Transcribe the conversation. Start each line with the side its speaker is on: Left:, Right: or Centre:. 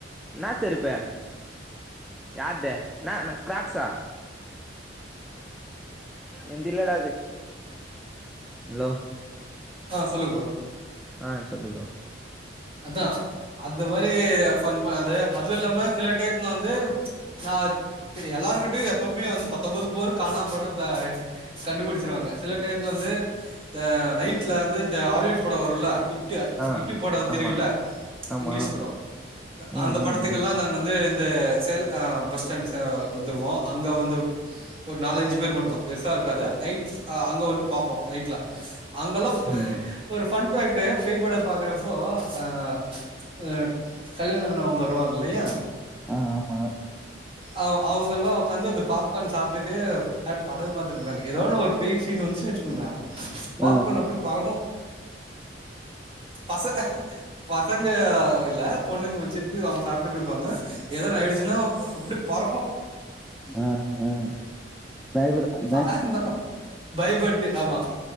Centre: என்னா செருப்பு யார்து என்னா ந கிராக்ஸா எந்திலடா அது ஹலோ
Right: ஆ சொல்லுங் ப்ரோ
Centre: ஆ சொல்லு ப்ரோ
Right: அதா அந்த மாரி ஃபண் மா அது அதும் இல்லாம சில டைம்ல வந்து நா இப்ப எல்லாருகிட்டயு எப்பமே வந்து பத்தொம்பது போரு காணா போனா த கண்டுபிடிச்சுருவாங்க சில டயத்துல வந்து த நைட்ல வந்து இந்த ஆலிவிட் படோ வருல இட்டு
Centre: ஆ
Right: இட்டு படம் தெரியுல
Centre: ஆமா ஆமா
Right: இங்கிலீஷ் படோ
Centre: ம்
Right: அந்த படத்துக்கெல்லா
Centre: ம் ம்
Right: நாங்க வந்து இந்த சேலத் அ பஸ் ஸ்டாண்டுக்கு ச வந்துடுவோ அங்க வந்து ஒரு நாலஞ்சு பேர் மட்டும்தா பெர்சா இருக்காது நைட்ஸ் அங்க வந்து பாப்போ நைட்ல அங்கெல்லா
Centre: ம் ம்
Right: ஒரு பன் பேக்ட்டு பே படர் பாக்குறப்போ ஆ அ கல்யாண ஆனவங்க வருவாங்க இல்லையா
Centre: ஆ ஆமா
Right: அ அவங்கல்லா உக்காந்து இந்த பாப்கார்ன் சாப்ட்டுட்டு <unintelligible> படம் பாத்துடு இருப்பாங்க ஏதோன்னு ஒரு பேய் சீனு வந்துச்சுன்னு வச்சுக்கோங்க பாப்கோர்ன்
Centre: ம்
Right: அப்டி பறகோ பச பசங்க இல்ல பொண்ணுங்க வச்சுட்டு போய் அவ்ங்க சாப்ட்டுட்டு இருப்பாங்க எதன ஆயிடுச்சுன்னா அப்டி பறக்கூ
Centre: ஆ ஆ <unintelligible>
Right: அ அந்த பயப்பட்டு ஆமா